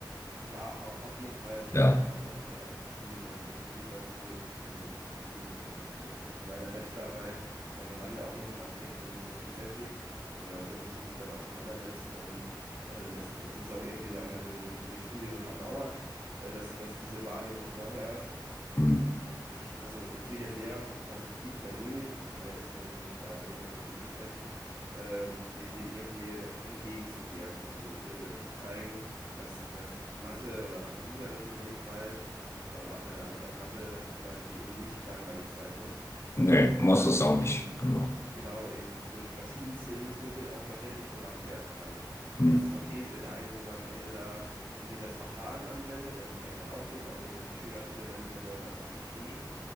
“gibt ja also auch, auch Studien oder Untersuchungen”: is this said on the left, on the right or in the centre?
Right